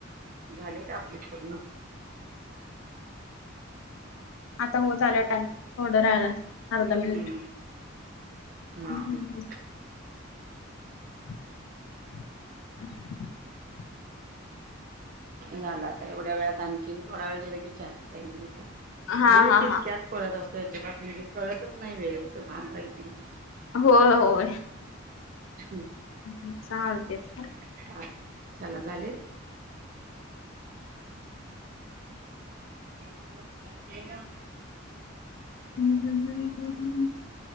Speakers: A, on the right (about 45°); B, on the left (about 80°).
A: झालेत आपले पूर्ण.
B: आता होत आलाय टाइम, थोडा राहिलाय, अर्धा मिनिट.
A: हम्म.
B: <inaudible>
A: हा
B: <inaudible>
A: मला काय एवढ्या वेळात आणखीन थोडा वेळ गेला की चहाची टाईमिंग होतीया,
B: हा
A: वेळ
B: हा
A: कितक्यात
B: हा
A: पळत असतोय, अजिबात म्हणजे कळतच नाही वेळेचं भान राहीत नाही.
B: होय होय.
A: अ हं
B: हम्म हम्म चालतयच.
A: <unintelligible> चला झाले. ज्यांना कुणाला माहितेय <unintelligible>
B: हम् हम ह.